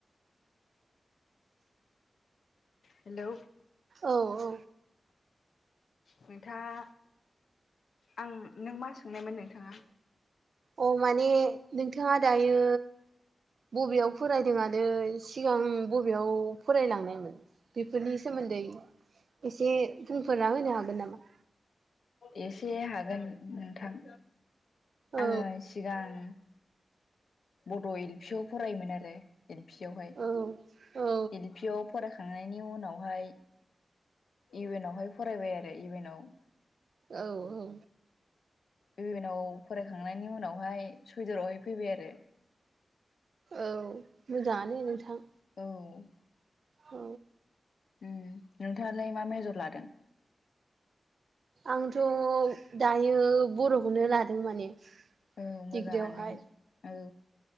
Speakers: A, on the left; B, on the right.
A: हेलौ
B: औ औ
A: नोंथाङा आं नों मा सोंनायमोन नोंथाङा
B: अ औ माने नोंथाङा दायो बबेयाव फरायदों आरो सिगां बबेयाव फरायलांनायमोन बेफोरनि सोमोन्दै एसे बुंफोरना होनो हागोन नामा?
A: एसे हागोन नोंथां
B: औ
A: आङो सिगां बड' एल पि आव फरायोमोन आरो एल पि आवहाय
B: औ औ
A: एलपि आव फरायखांनायनि उनावहाय इवेन आवहाय फरायबाय आरो इवेन आव
B: औ औ
A: इवेनाव फरायखांनायनि उनावहाय सुइदारावहाय फैबाय आरो
B: औ मोजाङानो नोंथां
A: औ
B: औ
A: उम नोंथाङालाय मा मेजर लादों
B: आंथ' दायो बर'खौनो लादों माने
A: औ मोजाङानो
B: डिग्रियावहाय
A: औ